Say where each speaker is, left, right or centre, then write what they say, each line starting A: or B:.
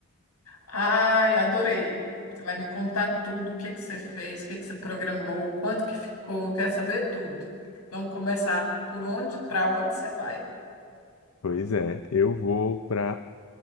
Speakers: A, on the left (about 85°); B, on the left (about 65°).
A: Ai, adorei. Você vai me contar tudo, o que que você fez, o que que você programou, quanto que ficou, quero saber tudo. Vamos começar por onde, para onde você vai.
B: Pois é, eu vou pra